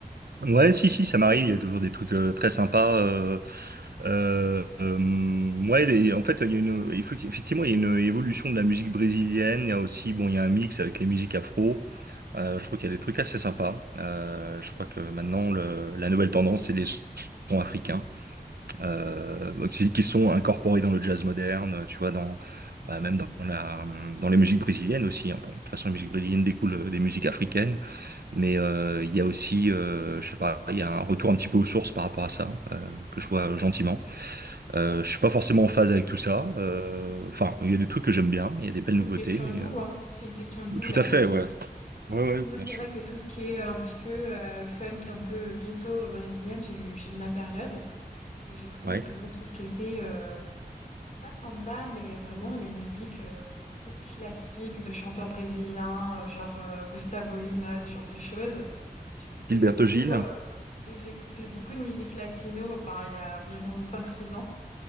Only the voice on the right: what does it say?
Ouais, si, si, ça m'arrive. Il y a toujours des trucs euh, très sympas. Euh, euh, euh, ouais, des- en fait, il y a une, il faut qu'effectivement, il y a une évolution de la musique brésilienne. Il y a aussi, bon, il y a un mix avec les musiques afro. Euh, je trouve qu'il y a des trucs assez sympas. Euh, je crois que maintenant, le, la nouvelle tendance, c'est les sons africains euh, qui qui sont incorporés dans le jazz moderne. Tu vois, dans bah, même dans la, dans les musiques brésiliennes aussi. hein. Bon, de toute façon, les musiques brésiliennes découlent euh, des musiques africaines. Mais euh, il y a aussi, euh, je sais pas, il y a un retour un petit peu aux sources par rapport à ça, euh, que je vois gentiment. Euh, je suis pas forcément en phase avec tout ça. euh, Enfin, il y a des trucs que j'aime bien, il y a des belles
nouveautés,
mais
euh,
tout
à
fait, ouais. Ouais, ouais,
bien
sûr.
Ouais.
Gilberto
Gil.